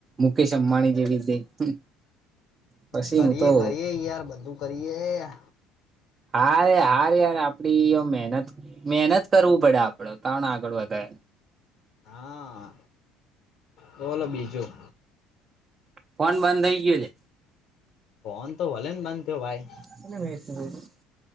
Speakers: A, on the right; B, on the left.
A: મુકેશ અંબાણી જેવી રીતે પછી
B: કરીએ
A: હું તો
B: કરીયે યાર બધું કરીએ,
A: હા, હાર યાર આપડી મહેનત મહેનત કરવું પડે આપ. તણ આગળ વધે.
B: હા, બોલો બીજું?
A: ફોન બંધ થઈ ગયો છે,
B: ફોન તો ભલે ને બંધ થયો ભાઈ,
A: <unintelligible>